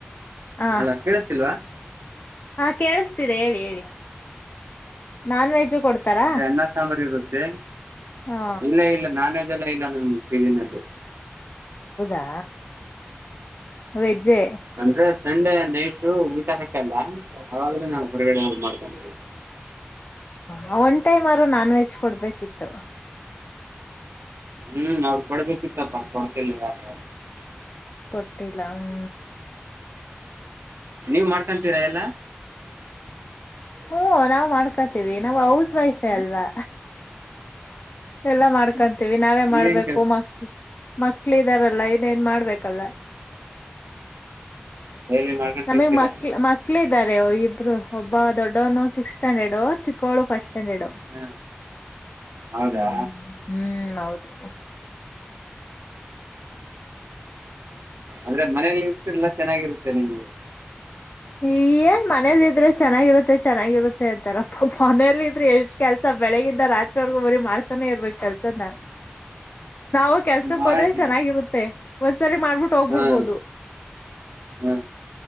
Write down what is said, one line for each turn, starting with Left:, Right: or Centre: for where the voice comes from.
Left: ಹ
Right: ಹಲ ಕೇಳತಿಲ್ವಾ
Left: ಹಾ ಕೇಳಿಸತೀರ ಹೇಳಿ ಹೇಳಿ ನಾನ್ ವೆಜ್ಜು ಕೊಡ್ತಾರಾ
Right: ಅದೇ ಅನ್ನ ಸಾಂಬಾರ್ ಇರುತ್ತೆ
Left: ಹಾ
Right: ಇಲ್ಲ ಇಲ್ಲ ನಾನ್ವೆೇಜ್ ಎಲ್ಲ ಇಲ್ಲಾನ ಈ ದಿನಲ್ಲಿ
Left: ಅಾ ವೆಜೆ
Right: ಅಂದ್ರೆ ಸಂಡೆ ನೈಟ್ ಊಟ ಹಾಕಲ್ಲ ಅವಾಗ್ಲ ನಾವು ಹೊರಗಡೆ ಮಾಡ್ಕೊಂಡವಿ
Left: ಹ ಒನ್ ಟೈಮ್ ಅವರು ನಾನ್ ವೆಜ್ ಕೊಡ್ಬೇಕಿತ್ತು
Right: ಹ್ಮ್ ಅವ್ರು ಕೊಡ್ಬೇಕಿತ್ತಪ್ಪ ಕೊಡ್ತಿಲ್ಲ ಯತ
Left: ಕೊಟ್ಟಿಲ್ಲಾ್ಮ
Right: ನೀವ್ ಮಾಡ್ಕೊತೀರಾ ಎಲ್ಲ
Left: ಹಓ ನಾ್ ಮಾಡ್ಕೊತೀವಿ ನಮ್ಮ್ ಹೌಸ್ ವೈಫೇ ಅಲ್ವಾ ಎಲ್ಲಾ ಮಾಡ್ಕೊಂತೀವಿ ನಾವೇ ಮಾಡ್ಬೇಕು
Right: ಏನ್ ಕೆಲ್ಸ
Left: ಮ ಮಕ್ಳ ಇದಾರಲ್ಲ ಇನ್ೇನ್ ಮಾಡ್ಬೇಕಲ್ಲ
Right: ಡೈಲಿ ಮಾಡ್ಕೊಂಡು
Left: ನಮಗ್
Right: ತಿಂತೀರಾ
Left: ಮಕ್ ಮಕ್ಳ ಇದ್ದಾರೆ ಇಬ್ರು ಒಬ್ಬ ದೊಡ್ಡವನ ಸಿಕ್ಸ್ ಸ್ಟಾಂಡರ್ಡು ಚಿಕ್ಕೋಳ ಫಸ್ಟ್ ಸ್ಟ್ಯಾಂಡರ್ಡ್
Right: ಹ ಹೌದಾ
Left: ಹ್ಮ ಹ್ಮ್ ಹೌದು
Right: ಅಂದ್ರೆ ಮನೇಲಿ ಇಸಲ್ಲಾ ಚೆನ್ನಾಗಿರುತ್ತೆ ನಿಮ್ಗೆ
Left: ಹಯೇ ಮನೇಲಿ ಇದ್ರೆ ಚೆನ್ನಾಗಿರುತ್ತೆ ಚೆನ್ನಾಗಿರುತ್ತೆ ಅಂತಾರಪ್ಪ ಮನೇಲಿ ಇದ್ರೆ ಎಷ್ಟ್ ಕೆಲ್ಸ ಬೇಕ ಬೆಳಿಗಿಂದ ರಾತ್ರಿವರ್ಗೂ ಮರಿೀ ಮಾಡ್ತಾನೆ ಇರ್ಬೇಕಕ್ ಕೆಲ್ಸನ ನಾವು ಕೆಲ್ಸಕ್
Right: ಮಾಡ್
Left: ಹೋದ್ರೆ ಚೆನ್ನಾಗಿರುತ್ತೆ ಸರಿ ಮಾಡ್ಬಿಟ್ಟು ಹೋಗ್ಬಿಡ್ಬೋದು
Right: ಹಾ ಹಾ